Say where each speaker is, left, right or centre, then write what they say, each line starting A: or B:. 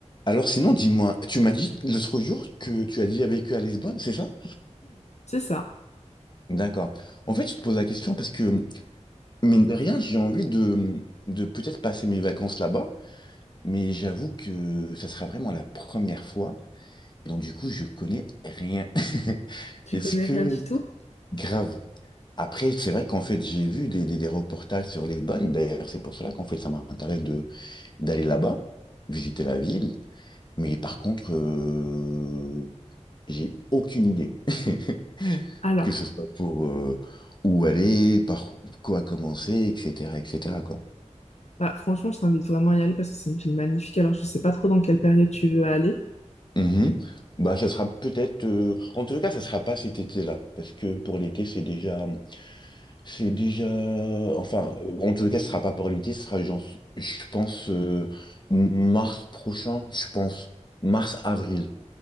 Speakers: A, on the left; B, on the left.
A: Alors sinon, dis-moi, tu m'as dit l'autre jour que tu as déjà vécu à Lisbonne, c'est ça?
B: C'est ça.
A: <clears throat> D'accord. En fait, je te pose la question parce que, mine de rien, j'ai envie de, de peut-être passer mes vacances là-bas, mais j'avoue que ça sera vraiment la première fois, donc du coup, je connais rien. <laughs>
B: Tu
A: Est-ce
B: connais
A: que...
B: rien du tout?
A: Grave. Après, c'est vrai qu'en fait, j'ai vu des, des, des reportages sur Lisbonne, d'ailleurs, c'est pour cela qu'en fait, ça m'intéresse de d'aller là-bas, visiter la ville. Mais par contre, euh, J'ai aucune idée, <laughs>
B: Alors,
A: que ce soit pour euh, où aller, par quoi commencer, etc., etc., quoi.
B: bah, franchement, je t'invite vraiment à y aller parce que c'est une ville magnifique. Alors, je sais pas trop dans quelle période tu veux aller.
A: Mhm. Bah, ça sera peut-être. euh, En tout cas, ça sera pas cet été-là, parce que pour l'été, c'est déjà, c'est déjà. Enfin, euh, en tout cas, ce sera pas pour l'été, ce sera genre, je pense, euh, mars prochain, je pense, mars-avril.